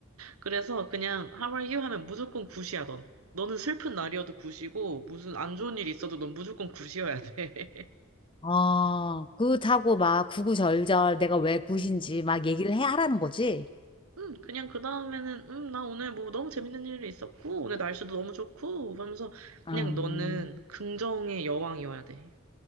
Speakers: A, on the right; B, on the left.
A: 그래서 그냥 How are you 하면 무조건 굿이야, 넌. 너는 슬픈 날이어도 굿이고, 무슨 안 좋은 일이 있어도 넌 무조건 굿이어야 돼.
B: 아, 굿하고 막 구구절절 내가 왜 굿인지
A: <laughs> 음.
B: 막 얘기를 해 하라는 거지?
A: 음, 그냥 그 다음에는, 음, 나 오늘 뭐 너무 재밌는 일이 있었고, 오늘 날씨도 너무 좋고, 하면서
B: 아,
A: 그냥 너는 긍정의 여왕이어야 돼.